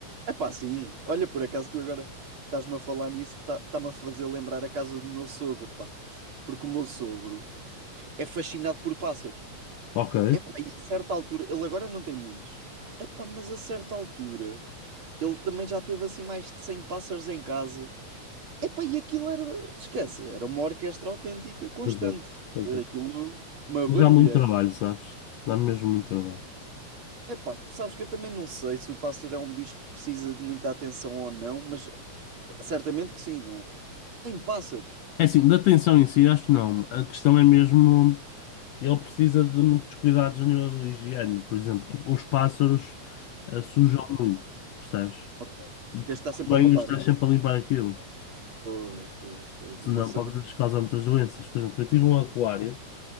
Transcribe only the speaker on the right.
É pá, sim. Olha, por acaso tu agora estás-me a falar nisso, tá- está-me a fazer lembrar a casa do meu sogro, pá. Porque o meu sogro é fascinado por pássaros.
É pá, e a certa altura, ele agora não tem muitos. É pá, mas a certa altura, ele também já teve assim mais de 100 pássaros em casa. É pá, e aquilo era, esquece, era uma orquestra autêntica, constante.
Era
aquilo, uma
barulheira.
É pá, sabes que eu também não sei se o pássaro é um bicho que precisa de muita atenção ou não, mas certamente que sim, não é? Tem pássaros.
Ok. E
tens de estar sempre
a limpar,
não? é?
Pois, pois, pois.
O meu sogro.